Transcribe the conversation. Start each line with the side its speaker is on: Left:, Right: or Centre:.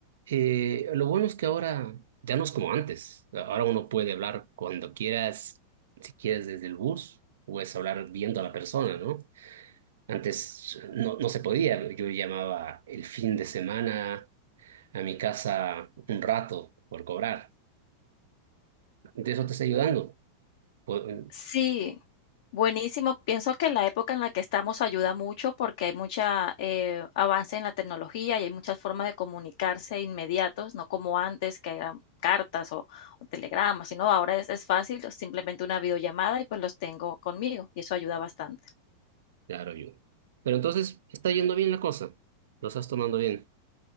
Right: eh, lo bueno es que ahora ya no es como antes. Ahora uno puede hablar cuando quieras, si quieres desde el bus, puedes hablar viendo a la persona, ¿no? Antes no, no se podía. Yo llamaba el fin de semana a mi casa un rato por cobrar. De eso te está ayudando. Pu-
Left: Sí, buenísimo. Pienso que la época en la que estamos ayuda mucho porque hay mucha eh, avance en la tecnología y hay muchas formas de comunicarse inmediatos, no como antes que eran cartas o, o telegramas, sino ahora es, es fácil, es simplemente una videollamada y pues los tengo conmigo y eso ayuda bastante.
Right: claro, ayuda. Pero entonces está yendo bien la cosa. Lo estás tomando bien.